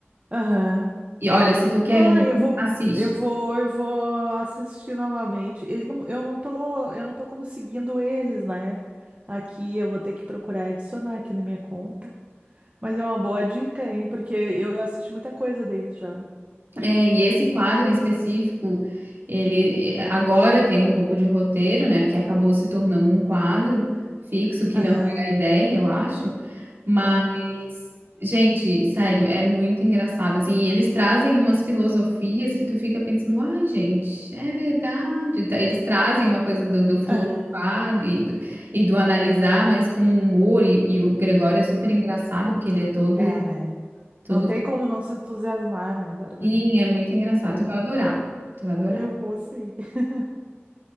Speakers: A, on the right (about 30°); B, on the right (about 55°).
A: Aham.
B: E olha, se tu quer
A: Ah,
B: rir,
A: eu vou,
B: assiste.
A: eu vou, eu vou assistir novamente. Ele não, eu não tô, eu não tô como seguindo eles, né? Aqui eu vou ter que procurar adicionar aqui na minha conta. Mas é uma boa dica, hein? Porque eu assisti muita coisa deles já.
B: É, e esse quadro em específico, ele eh, agora tem um pouco de roteiro, né? Porque acabou se tornando um quadro fixo, que
A: Aham.
B: não era a ideia, eu acho. Mas,
A: É.
B: gente, sério, é muito engraçado, assim. E eles trazem umas filosofias que tu fica pensando, ai, gente, é verdade. Tá, Eles trazem uma coisa do, do filosofar
A: Aham.
B: e do, e do analisar, mas com humor. E, e o Gregório é super
A: É,
B: engraçado, porque ele é todo.
A: É, né?
B: todo
A: Não tem como não se entusiasmar, né, Bárbara?
B: Sim, é muito engraçado.
A: É,
B: Tu vai adorar. Tu vai adorar.
A: eu vou sim. <laughs>